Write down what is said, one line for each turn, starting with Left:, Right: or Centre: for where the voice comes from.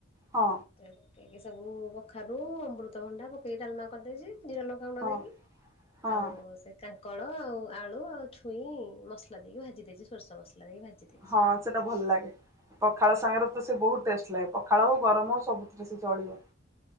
Right: ହଁ।
Left: <unintelligible> ପକେଇକି ସବୁ କଖାରୁ ଅମୃତଭଣ୍ଡା ପକେଇକି ଡାଲ୍ମା କରିଦେଇଚି ଜିରା ଲ ଙ୍କା ଗୁଣ୍ଡ
Right: ହଁ
Left: ଦେଇକି
Right: ହଁ
Left: ଆଉ ସେ କାଙ୍କଡ଼ ଆଉ ଆଳୁ ଆଉ ଛୁଇଁ ମସଲା ଦେଇକି ଭାଜି ଦେଇଚି ସୋରିଷ ମସଲା ଦେଇକି ଭାଜି ଦେଇଛି।
Right: ହଁ। ସେଟା ଭଲ୍ ଲାଗେ ପଖାଳ ସାଙ୍ଗେରେ ତ ସେ ବହୁତ୍ ଟେଷ୍ଟ ଲାଗେ, ପଖାଳ ହଉ ଗରମ୍ ହଉ ସବୁଥିରେ ସେ ଚଳିବ।